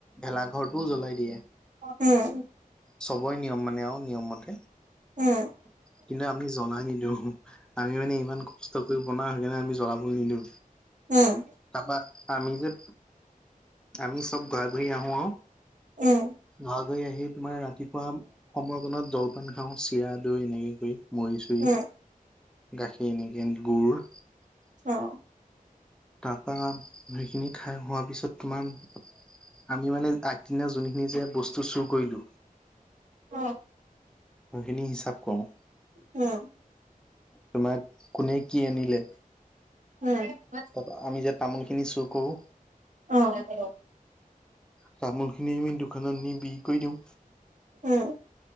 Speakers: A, in the centre; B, on the right.
A: ভেলাঘৰটোও জ্বলাই দিয়ে
B: উম
A: চবৰে নিয়ম মানে আৰু নিয়ম মতে
B: উম
A: কিন্তু আমি জনাই নিদিওঁ আমি মানে ইমান কষ্ট কৰি বনাওঁ সেই কাৰণে আমি জ্বলাবলৈ নিদিওঁ
B: উম
A: তাৰপা আমি যে আমি চব ঘৰা ঘৰি আহো আৰু
B: উম
A: ঘৰা ঘৰি আহি তোমাৰ ৰাতিপুৱা সময়কণত জলপান খাওঁ চিৰা দৈ এনেকে কৰি মুৰিচুৰি
B: উম উম
A: গাখীৰ এনেকে গুৰ
B: অ
A: তাৰপা সেইখিনি খাই হোৱাৰ পিছত তোমাৰ আমি মানে আগদিনা যোনখিনি যে বস্তু চুৰ কৰিলো
B: অ
A: সেইখিনি হিচাপ কৰওঁ
B: উম
A: তোমাক কোনে কি আনিলে
B: উম
A: তাৰপা আমি যে তামোল খিনি চুৰ কৰো
B: হয় হয়
A: তামোল খিনি আমি দোকানত নি বিকি কৰি দিওঁ
B: উম